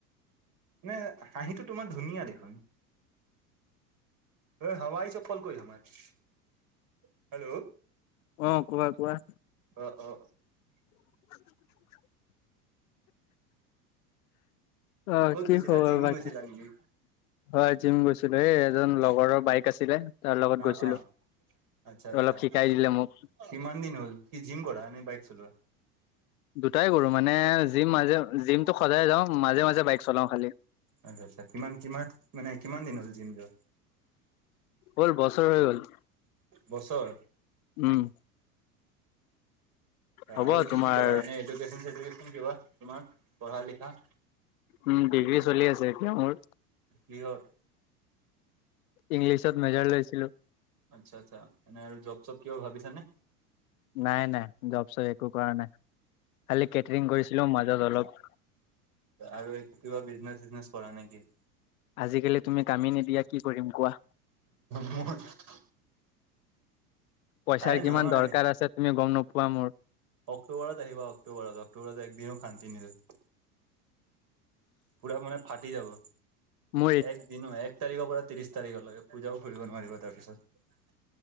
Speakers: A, on the right (about 45°); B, on the left (about 65°).
A: নে হাঁহিটো তোমাৰ ধুনীয়া দেখোন। <unintelligible> হেল্ল'?
B: অ', কোৱা কোৱা।
A: অ', অ'।
B: <inaudible> অ',
A: ক'ত
B: কি
A: গৈছিলা
B: খবৰ
A: জিম
B: বাকী?
A: গৈছিলা নেকি
B: হয়, জিম গৈছিলোঁ এই এজন
A: আচ্ছা
B: লগৰৰ বাইক আছিলে তাৰ লগত
A: অ
B: গৈছিলোঁ।
A: অ আচ্ছা আচ্ছা
B: অলপ শিকাই দিলে মোক।
A: কিমান দিন হ'ল কি জিম কৰা নে বাইক চলোৱা?
B: দুটাই কৰোঁ মানে জিম মাজে জিমটো সজাই যাওঁ মাজে মাজে বাইক চলাও খালি।
A: আচ্ছা আচ্ছা, কিমান কিমান মানে কিমান দিন হ'ল জিম যোৱা?
B: হ'ল বছৰ হৈ গ'ল,
A: বছৰ
B: উম। হ'ব
A: আৰু কি
B: তোমাৰ
A: কি কৰা এনে এডুকেছন চেদুকেচন কিবা তুমাৰ পঢ়া লিখা?
B: উম, ডিগ্ৰী চলি আছে এতিয়া মোৰ।
A: কিহত?
B: ইংলিছত মেজৰ লৈছিলো
A: আচ্ছা আচ্ছা এনে আৰু জব-চব কিবা ভাবিছা নে?
B: নাই নাই জব-চব একো কৰা নাই খালি কেটৰিং কৰিছিলো মাজত অলপ।
A: আৰু একো কিবা বিজনেচ-চিজনেচ কৰা নেকি?
B: আজিকালি তুমি, কামে নিদিয়া কি কৰিম কোৱা?
A: <unintelligible>
B: পইচাৰ
A: আৰে নহয়
B: কিমান দৰকাৰ আছে তুমি গম নোপোৱা মোৰ।
A: অক্টোবৰত আহিবা অক্টোবৰত অক্টোবৰত একদিনো শান্তি নিদিওঁ পুৰা মানে ফাটি যাব
B: মোৰ
A: একদিনো এক এক তাৰিখৰ পৰা ত্ৰিশ তাৰিখলৈকে পূজাও ফুৰিব নোৱাৰিবা তাৰপিছত।